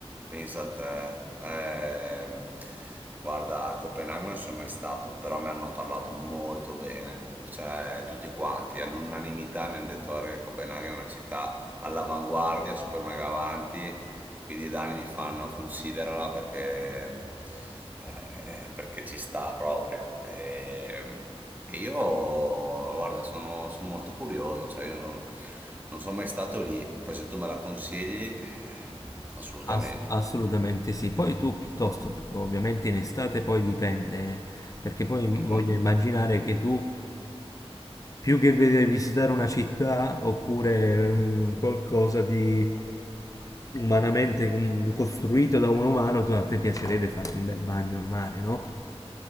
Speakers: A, on the right; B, on the left.
A: Pensa a te. Eh, guarda, a Copenaghen non sono mai stato, però mi hanno parlato molto bene, cioè tutti quanti, all'unanimità mi hanno detto "Guarda che Copenaghen è una città all'avanguardia, super mega avanti, quindi i danni mi fanno considerala perché eh, perché ci sta proprio. E, e io, guarda, sono, sono molto curioso, cioè io non, non sono mai stato lì, poi se tu me la consigli, eh, assolutamente.
B: Ass- assolutamente sì. Poi tu piuttosto, per- ovviamente in estate poi dipende, eh, perché poi im-
A: Mhm.
B: voglio immaginare che tu più che vedere visitare una città oppure mm, qualcosa di umanamente mm, costruito da un umano, tu- a te piacerebbe farti un bel bagno a mare, no?